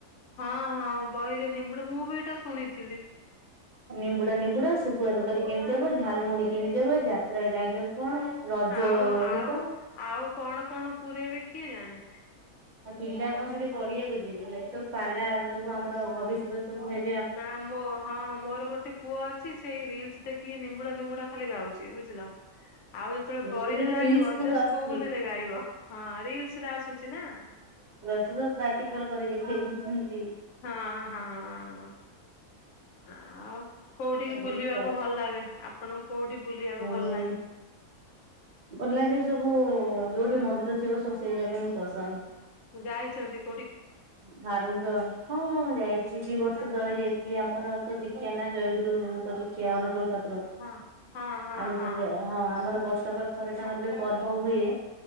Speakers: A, on the left; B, on the right.
A: ହଁ ହଁ ବହିରେ ନିମ୍ବୁଡା ମୁଁ ବି ଏଇଟା ଶୁଣିଥିଲି।
B: ନିମ୍ବୁଡା ନିମ୍ବୁଡା, ଶୁଖୁଆ ତକାରୀ କେମିତି ହବ ଝାଲମୁଢୀ କେମିତି ହବ ଯାତ୍ରା ଡାଇଲଗ୍ କଣ ରଜ
A: ଆଉ ଆଉ
B: ଗୀତ
A: ଆଉ କଣ କଣ ପୁରେଇବେ କିଏ ଜାଣେ?
B: ଆ ପିଲା କଣ ସେଠି ପଢିଆକୁ ଯିବେ, ସେଠି ସବୁ ପାଲା ସବୁ ଆମର ଭବିଷ୍ୟତରେ ସବୁ ହେ
A: ନା ମୋ ହଁ ମୋର ଗୋଟେ ପୁଅ ଅଛି ସେଇ ରିଲସ୍ ଦେଖିକି ନିମ୍ବୁଡା ନିମ୍ବୁଡା ଖାଲି ଗାଉଚି ବୁଝିଲ। ଆଉ ଯେତେବେଳେ ବହିରେ
B: ଏବେ ଯୋଉ
A: ଜାଣିବ
B: ରିଲସ ସବୁ
A: ତେବେ
B: ଆସୁଛି
A: ସ୍କୁଲରେ ଗାଇବ। ହଁ ରିଲସ୍ ରେ ଆସୁଚି ନା।
B: ସେଗୁଡା ପ୍ରାକ୍ଟିକାଲ କରି ଦେଖେଇ ଦଉଛନ୍ତି।
A: ହଁ ହଁ। ଆଉ କୋଉଠିକି
B: ଏମତି
A: ବୁଲିବାକୁ
B: ସାର୍
A: ଭଲ ଲାଗେ ଆପଣଙ୍କୁ କୋଉଠି ବୁଲିବାକୁ
B: ହୁଁ
A: ଭଲ ଲାଗେ?
B: ଭଲ ଲାଗେ ସବୁ ଯଉଠି ମନ୍ଦିର ଥିବ ସବୁ ସେଇ ଜାଗା ହିଁ ପସନ୍ଦ।
A: ଯାଇଚନ୍ତି।
B: ଧାର୍ମିକ ହଁ ହଁ ଯାଇଚି ଦି ବର୍ଷ ତଳେ ଯାଇଥିଲି, ଆମର ତ ଦୀକ୍ଷା ନା ଜୟଗୁରୁଙ୍କ ଦୀକ୍ଷା ଅନୁକୁଳ ଠା କୁର।
A: ହଁ ହଁ ହଁ
B: ଆମେ
A: ହଁ
B: ସବୁ ଜା ହଁ ଆମର ବ ବର୍ଷକରେ ଥରେ ତାଙ୍କର ଯଉ ପର୍ବ ହୁଏ